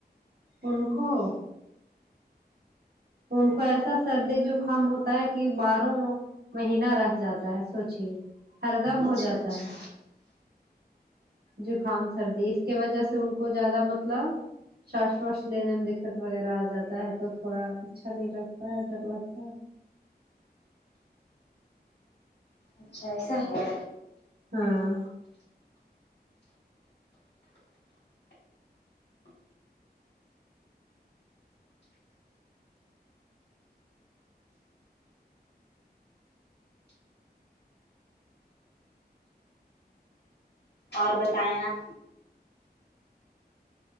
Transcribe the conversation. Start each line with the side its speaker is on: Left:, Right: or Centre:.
Right: ان کوو ان کو ایسا سردی جو زوکام ہوتا ہے کہ باروں مہینہ رہ جاتا ہے سوچے ہر دم
Left: اچھا
Right: ہو جاتا
Left: اچھا
Right: ہے زکام سردی اس کی وجہ سے ان کو زیادہ مطلب شاش واش لینے میں دقت وغیرہ آ جاتا ہے تو تھوڑا اچھا نہیں لگتا ہے ڈر لگتا ہے
Left: اچھا ایسا ہے
Right: ہاں
Left: اور بتائیں آپ